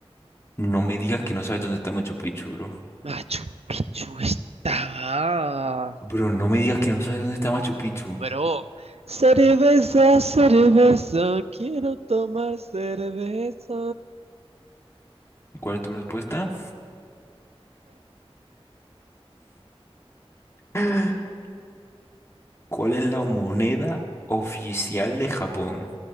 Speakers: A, on the left; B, on the right.
A: No me digas que no sabes dónde está Machu Picchu, bro.
B: Machu Picchu estaba.
A: Bro, no me digas que no sabes dónde está Machu Picchu.
B: Bro, cerveza, cerveza, quiero tomar cerveza.
A: ¿Cuál es tu respuesta? <laughs> ¿Cuál es la moneda oficial de Japón?